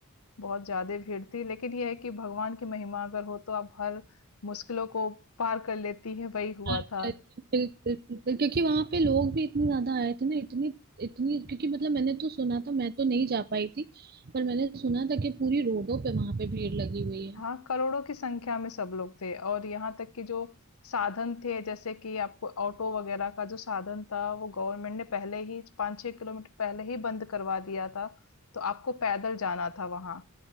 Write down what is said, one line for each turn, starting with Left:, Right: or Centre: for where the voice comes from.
Left: बहुत ज्यादा भीड़ थी लेकिन ये है कि भगवान की महिमा अगर हो तो आप हर मुश्किलों को पार कर लेती है वही हुआ
Right: हाँ,
Left: था
Right: बिल्कुल बिल्कुल क्योंकि वहां पे लोग भी इतने ज्यादा आए थे ना इतनी इतनी क्योंकि मतलब मैंने तो सुना था मैं तो नहीं जा पाई थी पर मैंने सुना था कि पूरी रोडों पे वहां पे भीड़ लगी हुई है
Left: हाँ करोड़ों की संख्या में सब लोग थे और यहाँ तक कि जो साधन थे जैसे कि आपको ऑटो वगैरह का जो साधन था वो गवर्नमेंट ने पहले ही पाँच छह किलोमीटर पहले ही बंद करवा दिया था तो आपको पैदल जाना था वहाँ